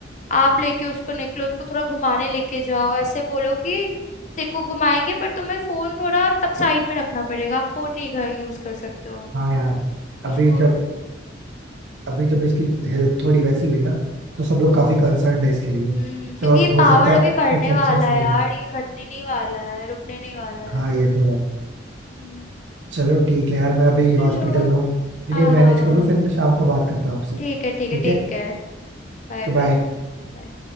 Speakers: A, on the left; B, on the right.
A: आप लेके उसको निकलो उसको थोड़ा घुमाने लेके जाओ ऐसे बोलो कि देखो घुमाएंगे पर तुम्हें फोन थोड़ा तब साइड में रखना पड़ेगा आप फोन नहीं घर यूज कर सकते हो
B: हाँ यार अभी
A: उसको
B: जब अभी जब इसकी हेल्थ थोड़ी वैसी हुई ना तो सब लोग काफी कंसर्न है इसके लिए
A: हम्म क्योंकि
B: तो अब
A: ये
B: हो
A: पावर
B: सकता
A: अभी
B: है
A: बढ़ने
B: कुछ एक्शंस
A: वाला है
B: नहीं
A: यार ये घटने नहीं वाला है रुकने नहीं वाला है
B: हाँ ये तो है
A: हम्म
B: चलो ठीक है यार मैं अभी हॉस्पिटल
A: चलो
B: में हूँ ये
A: हाँ
B: मैनेज
A: हाँ
B: कर
A: हाँ
B: लो फिर मैं शाम को बात करता हूँ आपसे
A: ठीक
B: ठीक
A: है ठीक है
B: है
A: take care bye
B: बाय
A: bye bye bye.